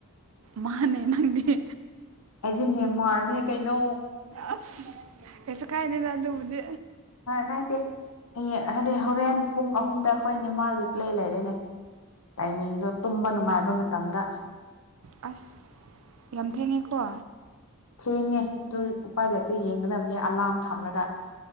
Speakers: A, on the right; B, on the left.
A: ꯃꯥꯅꯦ ꯅꯪꯗꯤ꯫
B: ꯑꯩꯗꯤ ꯅꯦꯝꯃꯥꯔꯅꯦ ꯀꯩꯅꯣ꯫
A: ꯑꯁ ꯀꯩꯁꯨ ꯀꯥꯏꯗꯦꯗ ꯑꯗꯨꯕꯨꯗꯤ꯫
B: ꯀꯥꯏꯗꯦ ꯍꯌꯦꯡ ꯍꯥꯏꯗꯤ ꯍꯣꯔꯦꯟ ꯄꯨꯡ ꯑꯍꯨꯝꯗ ꯑꯩꯈꯣꯏ ꯅꯦꯃꯥꯔꯒꯤ ꯄ꯭ꯂꯦ ꯂꯩꯔꯦꯅꯦ ꯇꯥꯏꯃꯤꯡꯗꯣ ꯇꯨꯝꯕ ꯅꯨꯡꯉꯥꯏꯕ ꯃꯇꯝꯗ
A: ꯑꯁ ꯌꯥꯝ ꯊꯦꯡꯉꯦꯀꯣ
B: ꯊꯦꯡꯉꯦ ꯑꯗꯨ ꯎꯄꯥꯏ ꯂꯩꯇ ꯌꯦꯡꯒꯗꯕꯅꯦ ꯑꯂꯥꯔꯝ ꯊꯝꯂꯒ